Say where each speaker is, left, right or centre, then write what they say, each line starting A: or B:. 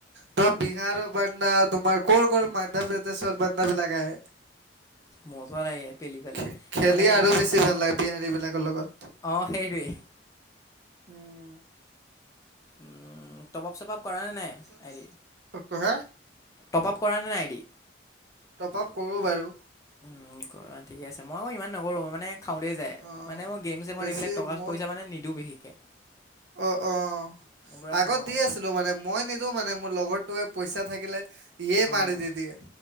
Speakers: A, on the right; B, on the left.
A: তোমাৰ বিহাৰৰ বান্দা তোমাৰ ক'ৰ ক'ৰ মধ্য প্ৰদেশৰ বান্দা বিলাক আহে।
B: মজা লাগে পেলি পেলাই
A: খে খেলি
B: মানে
A: আৰু বেছি ভাল লাগে বিহাৰী বিলাকৰ লগত।
B: অ সেইটোৱেই।
A: উম
B: উম টপাপ চপাপ কৰা নে নাই আই দি?
A: ককহে,
B: টপ আপ কৰা নে নাই আই দি?
A: টপ আপ কৰোঁ বাৰু।
B: উম, কৰা ঠিকে আছে, মই আকৌ ইমান নকৰোঁ, মই মানে খাওঁতেই যায়,
A: অ
B: মানে মই গেম-চেমত
A: বেছি
B: এইবিলাক টকা-পইচা
A: মোৰ
B: মানে নিদিওঁ বিশেষকৈ।
A: অ' অ',
B: মই পূৰা
A: আগত
B: খাওঁ
A: দি আছিলোঁ মানে, মই নি তো, মানে মোৰ লগৰটোৱে পইচা থাকিলে ইয়ে
B: উম,
A: মাৰি দি দিয়ে।